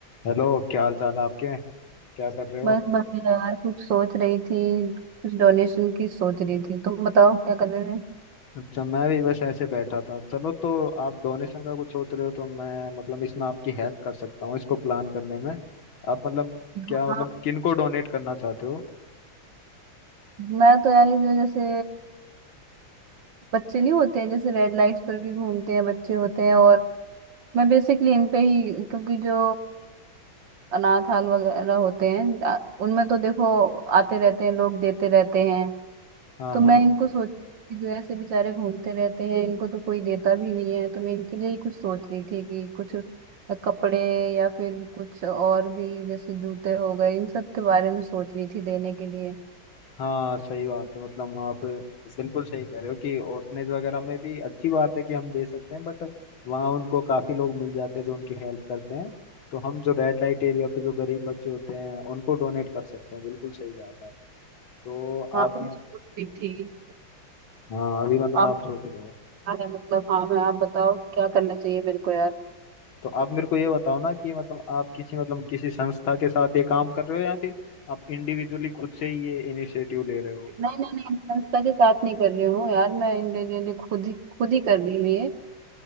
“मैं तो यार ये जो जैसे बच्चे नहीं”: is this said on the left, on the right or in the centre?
Right